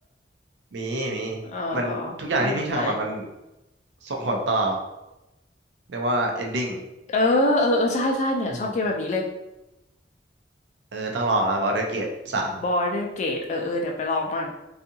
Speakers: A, on the right (about 75°); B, on the left (about 40°).
A: มีมี
B: เออเออน่าสนใจ
A: มันทุกอย่างที่พี่ทำอ่ะมันส่งผลต่อเรียกว่า ending
B: เออเออเออใช่ใช่เนี่ยชอบเกมแบบนี้เลย
A: อืมเออต้องลองแล้ว Baldur's Gate สาม
B: Border Gate เออเออเดี๋ยวไปลองมั่ง